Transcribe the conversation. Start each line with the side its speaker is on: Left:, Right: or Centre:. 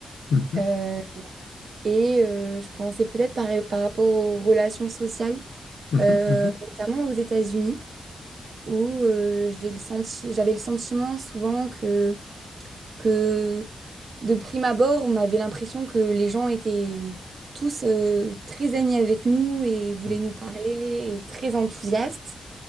Left: Mhm.
Right: Euh, et euh, je pensais peut-être par, par rapport aux relations sociales,
Left: Mhm.
Right: euh, notamment aux États-Unis, où euh, j'ai le senti, j'avais le sentiment souvent que, que de prime abord, on avait l'impression que les gens étaient tous euh, très amis avec nous et voulaient
Left: Mhm.
Right: nous parler et très enthousiastes.